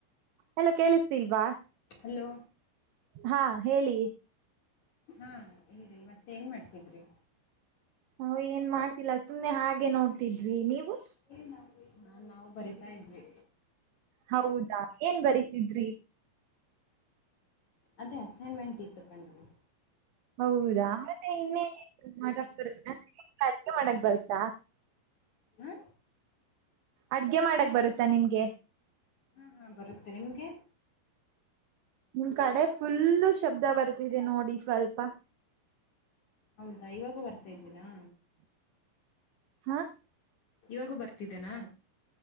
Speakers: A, on the right; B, on the left.
A: ಹಲೋ ಕೇಳಿಸ್ತಿಲ್ವಾ
B: ಹಲೋ
A: ಹಾ ಹೇಳಿ
B: ಹಾ ಹೇಳಿ ಮತ್ತೆ ಏನ್ ಮಾಡ್ತಿದ್ರಿ
A: ಹು ಏನ್ ಮಾಡ್ತಿಲ್ಲ ಸುಮ್ನೆ ಹಾಗೆ ನೋಡ್ತಿದ್ವಿ ನೀವು
B: ಏ <inaudible> ನಾವು ಬರಿತಾ ಇದ್ವಿ
A: ಹೌದಾ ಏನ್ ಬರಿತಿದ್ರಿ
B: ಅದೇ ಅಸೈನ್ಮೆಂಟ್ ಇತ್ತು ಕಂಡ್ರಿ
A: ಹೌದಾ ಮತ್ತೆ ಇನ್ನ <unintelligible> ಅಡ್ಗೆ ಮಾಡಕ್ ಬರ್ತ್ತಾ
B: ಹಾ
A: ಅಡ್ಗೆ ಮಾಡಕ್ ಬರುತ್ತಾ ನಿಮ್ಗೆ
B: ಹಾ ಹಾ ಬರುತ್ತೆ ನಿಮ್ಗೆ
A: ನಿಮ್ ಕಡೆ ಫುಲ್ಲು ಶಬ್ದ ಬರ್ತಿದೆ ನೋಡಿ ಸ್ವಲ್ಪ
B: ಹೌದಾ ಇವಾಗೂ ಬರ್ತಾ ಇದ್ದೀನಾ
A: ಹಾ
B: ಇವಾಗೂ ಬರ್ತಿದ್ದೇನಾ